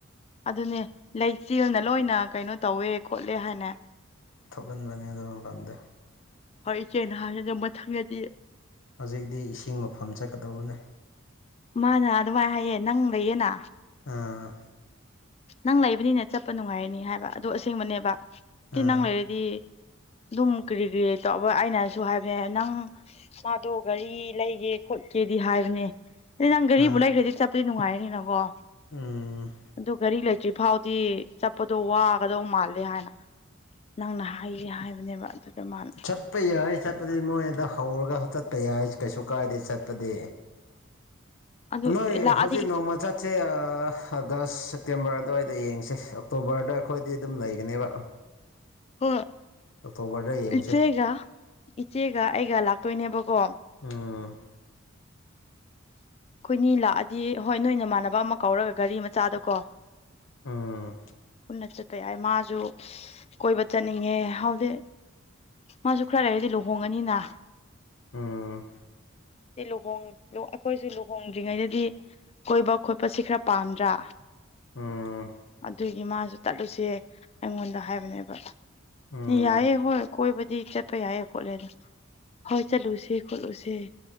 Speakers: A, on the left; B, on the left.
A: ꯑꯗꯨꯅꯦ ꯂꯩꯆꯦꯜꯅ ꯂꯣꯏꯅ ꯀꯩꯅꯣ ꯇꯧꯋꯦ ꯈꯣꯠꯂꯦ ꯍꯥꯏꯅ
B: ꯄꯟꯕꯅꯦ ꯑꯗꯨꯝ ꯄꯝꯗꯦ
A: ꯍꯣꯏ ꯏꯆꯦ ꯅꯍꯥꯟ ꯑꯗꯨ ꯃꯊꯪꯒꯗꯤ
B: ꯍꯧꯖꯤꯛꯇꯤ ꯏꯁꯤꯡ ꯃꯐꯝ ꯆꯠꯀꯗꯧꯕꯅꯦ
A: ꯃꯥꯅ ꯑꯗꯨꯃꯥꯏꯅ ꯍꯥꯏꯌꯦ ꯅꯪ ꯂꯩꯌꯦꯅ
B: ꯑꯥ
A: ꯅꯪ ꯂꯩꯕꯅꯤꯅꯦ ꯆꯠꯄ ꯅꯨꯡꯉꯥꯏꯔꯅꯤ ꯍꯥꯏꯕ ꯑꯗꯨꯗꯣ ꯑꯁꯦꯡꯕꯅꯦꯕ ꯁꯤ
B: ꯑꯥ
A: ꯅꯪ ꯂꯩꯔꯗꯤ ꯑꯗꯨꯝ ꯀꯔꯤ ꯀꯔꯤ ꯇꯧꯕ ꯑꯩꯅꯁꯨ ꯍꯥꯏꯕꯅꯦ ꯅꯪ ꯃꯥꯗꯣ ꯒꯥꯔꯤ ꯂꯩꯒꯦ ꯈꯣ ꯦꯗꯤ ꯍꯥꯏꯕꯅꯦ ꯑꯗ ꯅꯪ ꯒꯥꯔꯤꯕꯨ
B: ꯑꯥ
A: ꯂꯩꯈ꯭ꯔꯗꯤ ꯆꯠꯄꯗꯤ ꯅꯨꯡꯉꯥꯏꯔꯅꯤꯅꯀꯣ
B: ꯎꯝ
A: ꯑꯗꯨ ꯒꯥꯔꯤ ꯂꯩꯇ꯭ꯔꯤ ꯐꯥꯎꯗꯤ ꯆꯠꯄꯗꯣ ꯋꯥꯒꯗꯧ ꯃꯥꯜꯂꯦ ꯍꯥꯏꯅ ꯅꯪꯅ ꯍꯥꯏꯒ ꯍꯥꯏꯕꯅꯦꯕ ꯑꯗꯨ ꯃꯥꯅ
B: ꯆꯠꯄ ꯌꯥꯏ ꯆꯠꯄꯗꯤ ꯃꯣꯏꯗ ꯍꯧꯔꯒ ꯆꯠꯄ ꯌꯥꯏ ꯀꯩꯁꯨ ꯀꯥꯏꯗꯦ ꯆꯠꯄꯗꯤ
A: ꯑꯗꯨ
B: ꯅꯣꯏ
A: ꯂꯥꯛꯑꯗꯤ
B: ꯍꯧꯖꯤꯛ ꯅꯃꯥꯁꯥꯁꯦ ꯑ ꯗꯁ ꯁꯦꯞꯇꯦꯦꯝꯕꯔ ꯑꯗꯨꯋꯥꯏꯗ ꯌꯦꯡꯁꯦ ꯑꯣꯛꯇꯣꯕꯔꯗ ꯑꯩꯈꯣꯏꯗꯤ ꯑꯗꯨꯝ ꯂꯩꯒꯅꯦꯕ
A: ꯍꯣꯏ
B: ꯑꯣꯛꯇꯣꯕꯔꯗ ꯌꯦꯡꯁꯦ
A: ꯏꯆꯦꯒ ꯏꯆꯦꯒ ꯑꯩꯒ ꯂꯥꯛꯇꯣꯏꯅꯦꯕꯀꯣ
B: ꯎꯝ
A: ꯑꯩꯈꯣꯏꯅꯤ ꯂꯥꯛꯑꯗꯤ ꯍꯣꯏ ꯅꯣꯏ ꯏꯃꯥꯟꯅꯕ ꯑꯃ ꯀꯧꯔꯒ ꯒꯥꯔꯤ ꯃꯆꯥꯗ ꯀꯣ
B: ꯎꯝ
A: ꯎ ꯀ ꯍꯥꯏ ꯃꯥꯁꯨ ꯀꯣꯏꯕ ꯆꯠꯅꯤꯡꯉꯦ ꯍꯧꯗꯤ ꯃꯥꯁꯨ ꯈꯔ ꯂꯩꯔꯗꯤ ꯂꯨꯍꯣꯡꯉꯅꯤꯅ
B: ꯎꯝ
A: ꯂꯨꯍ ꯑꯩꯈꯣꯏꯁꯨ ꯂꯨꯍꯣꯡꯗ꯭ꯔꯤꯉꯩꯗꯗꯤ ꯀꯣꯏꯕ ꯈꯣꯠꯄꯁꯤ ꯈꯔ ꯄꯥꯝꯗ꯭ꯔꯥ
B: ꯎꯝ
A: ꯑꯗꯨꯒꯤ ꯃꯥꯁꯨ ꯇꯠꯂꯨꯁꯦ ꯑꯩꯉꯣꯟꯗ ꯍꯥꯏꯕꯅꯦꯕ
B: ꯎꯝ
A: ꯌꯥꯏꯑ ꯍꯣꯏ ꯀꯣꯏꯕꯨꯗꯤ ꯆꯠꯄ ꯌꯥꯏꯌꯦ ꯈꯣꯠꯂꯦꯗ ꯍꯣꯏ ꯆꯠꯂꯨꯁꯦ ꯈꯣꯠꯂꯨꯁꯦ